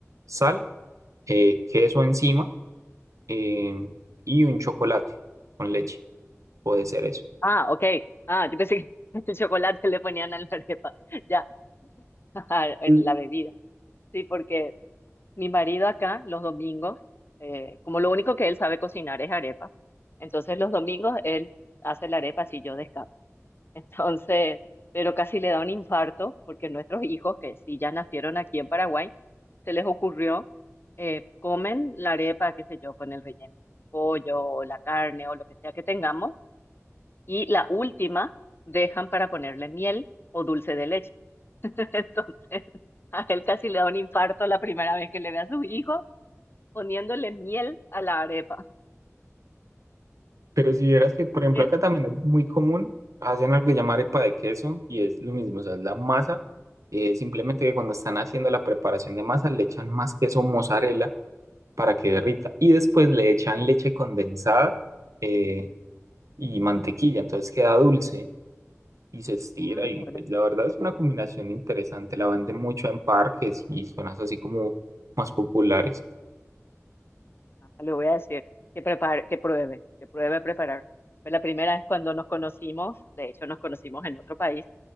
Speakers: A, on the right; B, on the left.
A: sal, eh, queso encima eh, y un chocolate con leche, puede ser eso.
B: ah, ok. Ah, yo pensé que <laughs> el chocolate le ponían a la arepa, ya, <laughs> en
A: Mm.
B: la bebida. Sí, porque Mi marido acá, los domingos, eh, como lo único que él sabe cocinar es arepa, entonces los domingos él hace la arepa si yo descanso. <laughs> Entonces, pero casi le da un infarto porque nuestros hijos, que sí ya nacieron aquí en Paraguay, se les ocurrió, eh, comen la arepa, qué sé yo, con el relleno, pollo o la carne o lo que sea que tengamos, y la última dejan para ponerle miel o dulce de leche. <laughs> Entonces, a él casi le da un infarto la primera vez que le ve a sus hijos poniéndole miel a la arepa.
A: Pero si vieras que, por ejemplo,
B: Pero,
A: acá también es muy común, hacen algo que llamar arepa de queso y es lo mismo, o sea, es la masa, eh, simplemente que cuando están haciendo la preparación de masa le echan más queso mozzarella para que derrita y después le echan leche condensada eh, y mantequilla, entonces queda dulce y se estira
B: ah,
A: y
B: qué bueno.
A: pues la verdad es una combinación interesante, la venden mucho en parques y zonas así como más populares.
B: Ah, Le voy a decir que prepare, que pruebe, que pruebe a preparar. Fue la primera vez cuando nos conocimos, de hecho nos conocimos en otro país,